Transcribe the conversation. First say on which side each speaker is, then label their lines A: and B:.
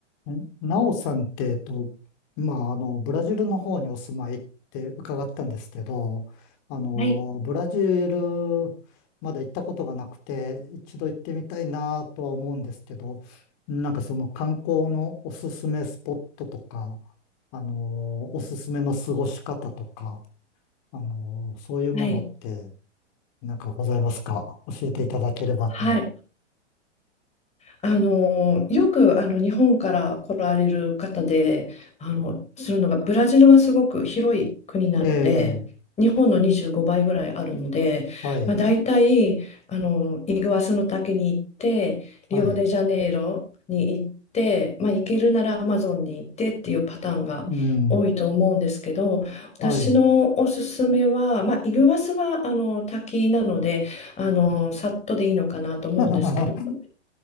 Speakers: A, on the left; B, on the left.
A: えなおさんって、えっと、まあ、あの、ブラジルの方にお住まいって伺ったんですけど、あの、
B: はい、
A: ブラジルまだ行ったことがなくて、一度行ってみたいなとは思うんですけど、なんかその観光のおすすめスポットとか、あの、おすすめの過ごし方とか、あの、そういうものって、
B: はい、
A: なんかございますか教えていただければと。
B: ははい。あの、よくあの日本から来られる方で、あの、するのが、ブラジルはすごく広い国なので、
A: ええ、
B: 日本の25倍ぐらいあるので、
A: はい、
B: まあ、大体あのイグアスの滝に行って、リオデジャネイロに行って、
A: はい、
B: まあ、行けるならアマゾンに行ってっていうパターンが多いと思うんですけど、
A: うん、
B: 私のおすすめは、
A: はい。
B: まあ、イグアスはあの滝なので、あのさっとでいいのかなと思うんですけど、
A: <laughs> は
B: <laughs>